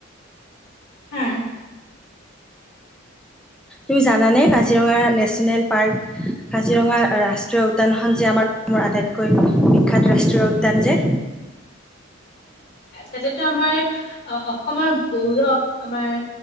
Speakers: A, on the left; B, in the centre.
A: হা।
B: তুমি জানানে কাজিৰঙা নেচ নেশ্যনেল পাৰ্ক, কাজিৰঙা ৰাষ্ ষ্ট্ৰীয় উদ্যানখন যে আমাৰ অসমৰ আটাইতকৈ বিখ্যাত ৰাষ্ট্ৰীয় উদ্যান যে।
A: তাতেটো আমাৰ অসমৰ গৌৰৱ, আমাৰ